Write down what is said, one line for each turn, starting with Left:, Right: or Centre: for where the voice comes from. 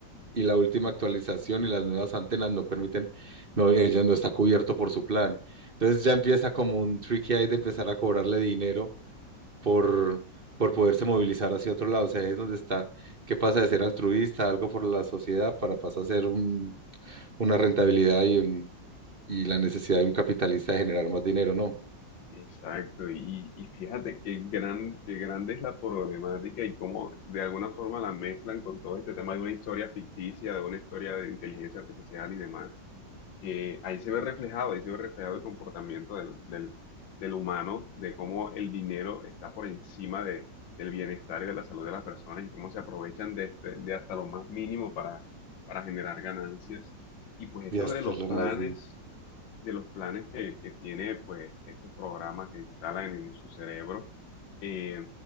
Right: Y la última actualización y las nuevas antenas no permiten, no, ella no está cubierto por su plan. Entonces ya empieza como un tricky ahí de empezar a cobrarle dinero por, por poderse movilizar hacia otro lado. O sea, ahí es donde está, que pasa de ser altruista, algo por la sociedad, para pasar a ser un- una rentabilidad y, un- y la necesidad de un capitalista de generar más dinero, ¿no?
Left: Exacto, y, y fíjate qué gran, qué grande es la problemática y cómo de alguna forma la mezclan con todo este tema de una historia ficticia, de una historia de inteligencia artificial y demás, que ahí se ve reflejado, ahí se ve reflejado el comportamiento del, del, del humano, de cómo el dinero está por encima de, del bienestar y de la salud de las personas y cómo se aprovechan de, este- de hasta lo más mínimo para, para generar ganancias. Y pues
Right: Y
Left: esto
Right: hasta
Left: de los
Right: lo
Left: planes
Right: más
Left: de los planes que, que tiene pues este programa que instalan en su cerebro, eh,